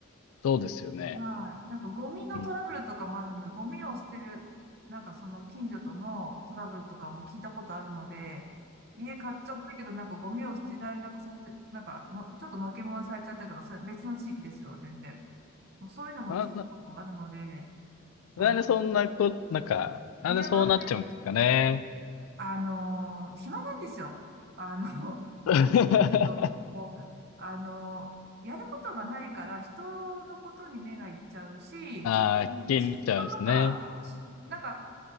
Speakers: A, on the left; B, on the right.
A: そうですよね。
B: はい。なんかゴミのトラブルとかもあるので、
A: うん。
B: ゴミを捨てる、なんかその近所とのトラブルとかも聞いたことあるので、家買っちゃったけど、なんかゴミを捨てられなくさせ、なんかの、ちょっとのけもんされちゃったりとか、それ別の地域ですよ、全然。もうそういうのも聞くことがあるので、
A: あ、ななんでそんなこ、
B: あ、
A: なんか、
B: うん
A: なんでそうなっちゃうんですかね。
B: 嫌がらせ、あのー暇なんですよ。あの、
A: <laughs>
B: <laughs> えっともう、あのーやることがないから人のことに目がいっちゃうし、
A: ああ、
B: ちょっと、嫉妬
A: 気になっちゃうんですね。
B: とか、し、なんか、